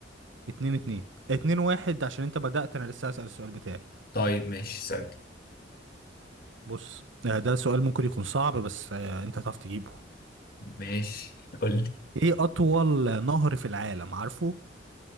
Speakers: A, on the right; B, on the left.
A: اتنين اتنين اتنين واحد عشان انت بدأت انا لسه هسأل السؤال بتاعي
B: طيب ماشي ثاني
A: بص آه، ده سؤال ممكن يكون صعب بس آه، انت هتعرف تجيبه
B: ماشي قول لي
A: ايه اطول نهر في العالم عارفه